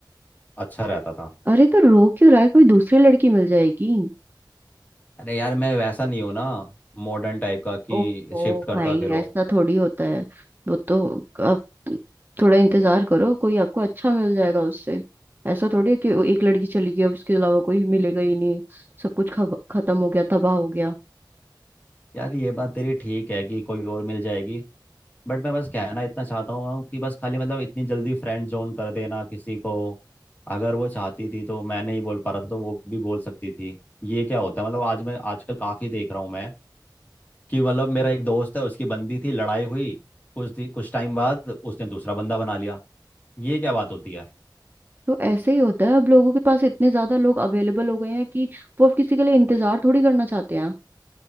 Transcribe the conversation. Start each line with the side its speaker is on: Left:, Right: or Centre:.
Left: अच्छा रहता था
Right: अरे तो रो क्यों रहा है कोई दूसरी लड़की मिल जाएगी
Left: अरे यार मैं वैसा नहीं हूँ ना मॉडर्न टाइप का कि
Right: ओहो
Left: शिफ्ट करता
Right: भाई
Left: फिरो
Right: ऐसा थोड़ी होता है वो तो अब थोड़ा इंतजार करो कोई आपको अच्छा मिल जाएगा उससे ऐसा थोड़ी है कि वो एक लड़की चली गई अब उसके अलावा कोई मिलेगा ही नहीं सब कुछ खब- खत्म हो गया तबाह हो गया
Left: यार ये बात तेरी ठीक है कि कोई और मिल जाएगी बट मैं बस कहना इतना चाहता हूँ कि बस खाली मतलब इतनी जल्दी फ्रेंड जोन कर देना किसी को अगर वो चाहती थी तो मैं नहीं बोल पा रहा था तो वो भी बोल सकती थी ये क्या होता है मतलब आज मैं आजकल काफ़ी देख रहा हूँ मैं कि मतलब मेरा एक दोस्त है उसकी बंदी थी लड़ाई हुई कुछ दि- कुछ टाइम बाद उसने दूसरा बंदा बना लिया ये क्या बात होती है
Right: तो ऐसे ही होता है अब लोगों के पास इतने ज्यादा लोग अवेलेबल हो गए हैं कि वो अब किसी के लिए इंतजार थोड़ी करना चाहते हैं